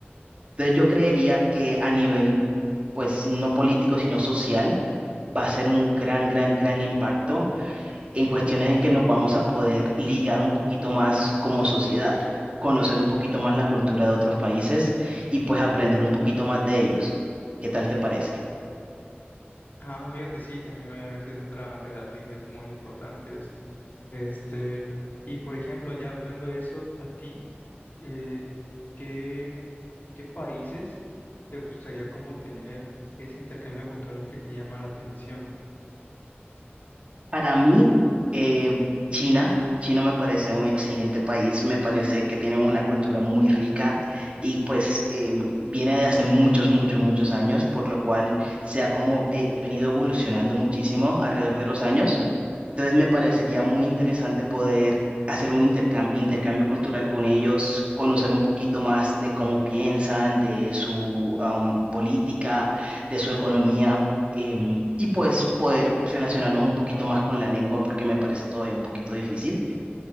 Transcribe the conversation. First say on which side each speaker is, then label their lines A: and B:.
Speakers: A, on the right; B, on the left.
A: Entonces yo creería que a nivel, pues no político, sino social, va a ser un gran, gran, gran impacto en cuestiones en que nos vamos a poder ligar un poquito más como sociedad, conocer un poquito más la cultura de otros países y pues aprender un poquito más de ellos. ¿Qué tal te parece?
B: Ah, fíjate, sí, también obviamente es otra de las líneas muy importantes. Este, y por ejemplo, ya hablando de eso, a ti, eh, ¿qué, qué países te gustaría como tener ese intercambio cultural que te llama la atención?
A: Para mí, eh, China, China me parece un excelente país, me parece que tienen una cultura muy rica y pues eh, viene de hace muchos, muchos, muchos años, por lo cual se ha como eh, venido evolucionando muchísimo alrededor de los años. Entonces me parecería muy interesante poder hacer un intercam- intercambio cultural con ellos, conocer un poquito más de cómo piensan, de su am, política de su economía em, y pues poder relacionarnos un poquito más con la lengua porque me parece todavía un poquito difícil.